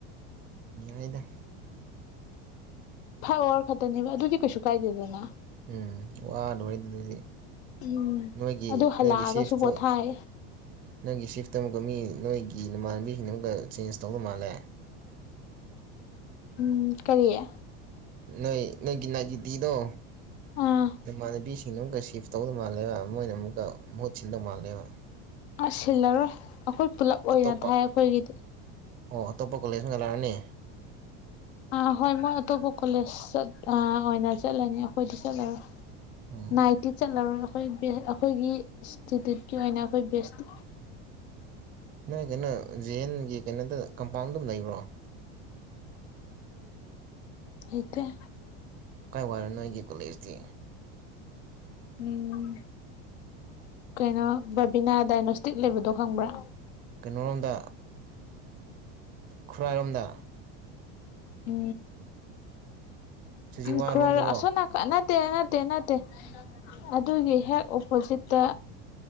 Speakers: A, on the right (about 30°); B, on the left (about 85°).
A: ꯌꯥꯏꯗ
B: ꯐꯥꯏꯕ ꯑꯋꯥꯔ ꯈꯛꯇꯅꯦꯕ ꯑꯗꯨꯗꯤ ꯀꯩꯁꯨ ꯀꯥꯏꯗꯦꯗꯅ
A: ꯎꯝ ꯋꯥꯔꫭꯏꯗꯤ ꯑꯗꯨꯗ ꯗꯤ
B: ꯎꯝ
A: ꯅꯣꯏꯒꯤ
B: ꯑꯗꯨ ꯍꯜꯂꯛꯑꯒꯁꯨ
A: ꯅꯪꯒꯤ ꯁꯤꯐꯇ
B: ꯄꯣꯊꯥꯏ
A: ꯅꫭꯏꯒꯤ ꯁꯤꯐꯇ ꯑꯃꯨꯛꯀ ꯃꯤ ꯅꯣꯏꯒꯤ ꯒꯤ ꯅꯃꯥꯟꯅꯕꯤꯁꯤꯡꯗ ꯑꯃꯒ ꯆꯦꯟꯖ ꯇꯧꯅꯥ ꯃꯥꯜꯂꯦ
B: ꯎꯝ ꯀꯔꯤꯌꯦ
A: ꯅꯣꯏ ꯅꯪꯒꯤ ꯒꯤꯇꯗꯣ
B: ꯑꯥ
A: ꯅꯃꯥꯟ ꯅꯕꯤꯁ ꯁꯤꯡꯅ ꯑꯃꯨꯛꯀ ꯁꯤꯐ ꯇꯧꯒꯗꯧ ꯃꯥꯜꯂꯦꯕ ꯃꯣꯏꯅ ꯑꯃꯨꯛꯀ ꯃꯍꯨꯠ ꯁꯤꯟꯗꯧ ꯃꯥꯜꯂꯦꯕ
B: ꯑꯁ ꯁꯤꯜꯂꯔꯣꯏ ꯑꯩꯈꯣꯏ ꯄꯨꯂꯞ
A: ꯑꯇꯣꯞꯄ
B: ꯑꯣꯏꯅ ꯊꯥꯏ ꯑꯩꯈꯣꯏꯒꯤꯗꯤ
A: ꯑꯣ ꯑꯇꯣꯞꯄ ꯀꯣꯂꯦꯖ ꯑꯃꯗ ꯂꯥꯛꯑꯅꯤ
B: ꯑꯥ ꯍꯣꯏ ꯃꯣꯏ ꯑꯇꯣꯞꯄ ꯀꯣꯂꯦꯖ ꯑꯥ ꯑꯣꯏꯅ ꯆꯠꯂꯅꯤ ꯑꯈꯣꯏꯗꯤ ꯆꯠꯂꯔꯣꯏ
A: ꯑꯣ
B: ꯅꯥꯏꯠꯇꯤ ꯆꯠꯂꯔꫭꯏꯗ ꯑꯩꯈꯣꯏꯕ ꯑꯩꯈꯣꯏꯒꯤ <unintelligible> ꯏꯟꯁꯇꯤꯇ꯭ꯌꯨꯠꯀꯤ ꯑꯣꯏꯅ ꯑꯩꯈꯣꯏ ꯕꯦꯁꯇꯤ
A: ꯅꫭꯏ ꯀꯩꯅꯣ ꯖ ꯑꯦꯟꯒꯤ ꯀꯩꯅꯣꯗ ꯀꯝꯄꯥꯎꯟꯗꯝ ꯂꯩꯕ꯭ꯔꯣ
B: ꯂꯩꯇ‌ꯦ
A: ꯀꯥꯏ ꯋꯥꯏꯔꯅꯣ ꯑꯩꯒꯤ ꯀꯣꯂꯦꯖꯇꯤ
B: ꯎꯝ ꯀꯩꯅꯣ ꯕꯕꯤꯅꯥ ꯗꯥꯏꯅꯣꯁꯇꯤꯛ ꯂꯩꯕꯗꯣ ꯈꯪꯕ꯭ꯔꯥ
A: ꯀꯩꯅꯣꯣꯔꯣꯝꯗ ꯈꯨꯔꯥꯏꯔꯣꯝꯗ
B: ꯎ
A: ꯁꯨꯖꯤꯋꯥ
B: ꯎ ꯈꯔ
A: ꯔꯣꯝꯗꯔꯣ
B: ꯑꯁꯅꯅꯥꯅꯥ ꯅꯠꯇꯦ ꯅꯠꯇꯦ ꯅꯠꯇꯦ ꯑꯗꯨꯒꯤ ꯍꯦꯛ ꯑꯣꯄꯣꯖꯤꯠꯇ